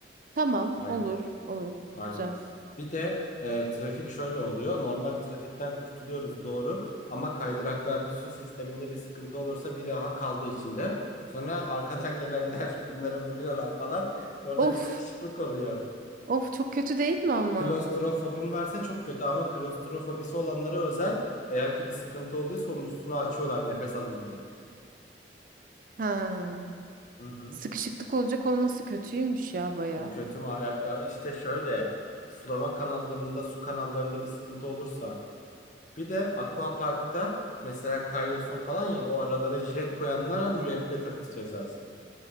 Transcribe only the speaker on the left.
Aynen.
Aynen.
Bir de e, trafik şöyle oluyor. Normal trafikten kurtuluyoruz doğru ama kaydıraklarda su sisteminde bir sıkıntı olursa biri aha kaldı içinde. Sonra arkadan gelenler <laughs> bunları vuruyorlar falan. Orada
bir sıkışıklık oluyor.
Klostrofobin varsa çok kötü ama klostrofobisi olanlara özel eğer ki bir sıkıntı olduysa onun üstünü açıyorlar nefes alın diye.
Hı hı.
O kötü mü? Ya, ya işte şöyle sulama kanallarında su kanallarında bir sıkıntı olursa Bir de Aquapark'ta mesela kayıyorsun falan ya o aralara jilet koyanlara müebbet hapis cezası.